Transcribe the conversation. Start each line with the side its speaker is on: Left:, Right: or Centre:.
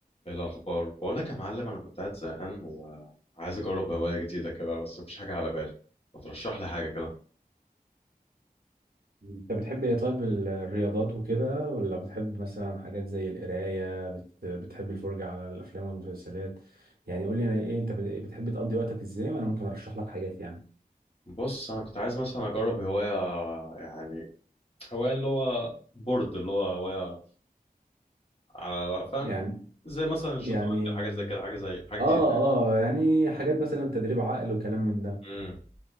Left: إيه الأخبار بقول لك يا معلم أنا كنت قاعد زهقان وعايز أجرب هواية جديدة كده بس مفيش حاجة على بالي ما ترشح لي حاجة كده
Right: انت بتحب ايه طيب ال- الرياضات وكده ولا بتحب مثلا حاجات زي القراية بت... بتحب الفرجة على الافلام والمسلسلات يعني قول لي انا ايه انت بت... بتحب تقضي وقتك ازاي وانا ممكن ارشح لك حاجات يعني
Left: بص أنا كنت عايز مثلا أجرب هواية يعني هواية اللي هو بورد اللي هو هواية على فاهم
Right: يعني
Left: زي مثلا الشطرنج
Right: يعني
Left: حاجات زي كده حاجة زي حاجة
Right: اه
Left: جديدة
Right: اه يعني حاجات مثلا تدريب عقل وكلام من ده
Left: امم